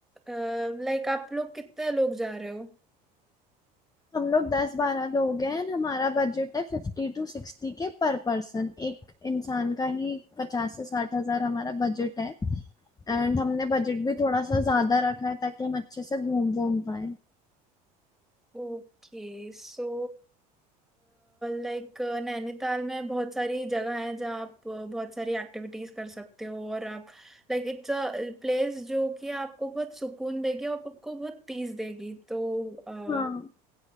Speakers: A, in the centre; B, on the left.
A: लाइक आप लोग कितने लोग जा रहे हो
B: हम लोग दस बारह लोग हैं and हमारा बजट है फिफ्टी टू सिक्सटी के पर पर्सन एक इंसान का ही पचास से साठ हजार हमारा बजट है एंड हमने बजट भी थोड़ा सा ज्यादा रखा है ताकि हम अच्छे से घूम घूम पाए
A: ओके सो लाइक नैनीताल में बहुत सारी जगह है जहाँ आप अ, बहुत सारी एक्टिविटीज कर सकते हो और आप लाइक इट्स अ प्लेस जो कि आपको बहुत सुकून देगी और आपको बहुत पीस देगी तो अ,
B: हाँ